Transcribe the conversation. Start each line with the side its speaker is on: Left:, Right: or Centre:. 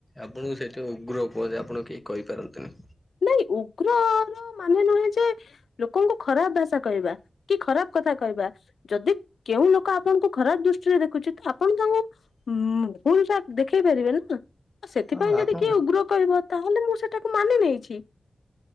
Centre: ଆପଣଙ୍କୁ ସେଇଥିପାଇଁ ଉଗ୍ର କୁହନ୍ତି ଆପଣ କେହି କହିପାରନ୍ତିନି
Left: ନାଇଁ ଉଗ୍ରର ମାନେ ନୁହେଁ ଯେ ଲୋକଙ୍କୁ ଖରାପ ଭାଷା କହିବା କି ଖରାପ କଥା କହିବା ଯଦି କେଉଁ ଲୋକ ଆପଣଙ୍କୁ ଖରାପ ଦୃଷ୍ଟିରେ ଦେଖୁଛି ତ ଆପଣ ତାଙ୍କୁ ଭୁଲ ଯା ଦେଖେଇ ପାରିବେ ନା ଆଉ ସେଥିପାଇଁ
Centre: ହଁ
Left: ଯଦି
Centre: ଆପଣ
Left: କିଏ ଉଗ୍ର କହିବ ତାହେଲେ ମୁଁ ସେ ତାକୁ ମାନି ନେଇ ଛି